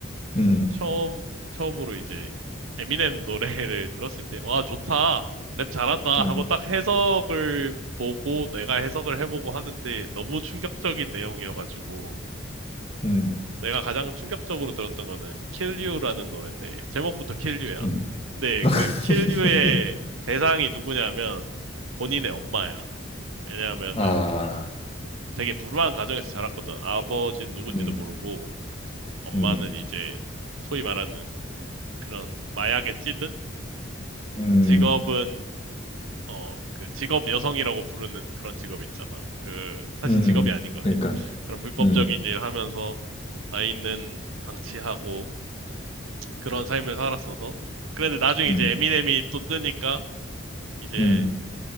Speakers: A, on the left; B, on the right.
A: 음,
B: 처음, 처음으로 이제 에미넴 노래를 들었을 때, 와, 좋다. 랩 잘한다.
A: 음,
B: 하고 딱 해석을 보고 내가 해석을 해보고 하는데 너무 충격적인 내용이어가지고
A: 음,
B: 내가 가장 충격적으로 들었던 거는 Kill You라는 노래인데 제목부터 Kill You야.
A: 음. <laughs>
B: 근데 그 Kill You의 대상이 누구냐면 본인의 엄마야. 왜냐하면은
A: 아,
B: 되게 불우한 가정에서 자랐거든. 아버지는 누군지도
A: 음,
B: 모르고 엄마는
A: 음,
B: 이제 소위 말하는 그런 마약에 찌든
A: 음,
B: 직업은 어, 그 직업 여성이라고 부르는 그런 직업 있잖아. 그 사실
A: 음.
B: 직업이 아닌 거지.
A: 그러니까,
B: 그런 불법적인
A: 음,
B: 일을 하면서 아이는 방치하고 그런 삶을 살았어서. 그런데 나중에 이제
A: 음,
B: 에미넴이 또 뜨니까 이제
A: 음.